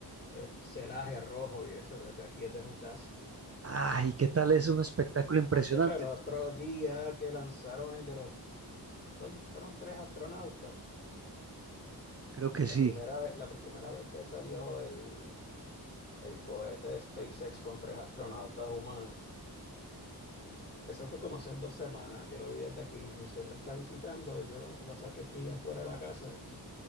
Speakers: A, on the left; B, on the right.
A: el celaje rojo y eso desde aquí, desde mi casa.
B: Ay, ¿qué tal? Es un espectáculo impresionante.
A: De hecho, el otro día que lanzaron el de los, son, fueron tres astronautas.
B: Creo que
A: La
B: sí.
A: primera vez, la primera vez que salió el El cohete de SpaceX con tres astronautas humanos. Eso fue como hace dos semanas. Yo lo vi desde aquí. Mi suegra está visitando y yo la saqué aquí afuera de la casa y,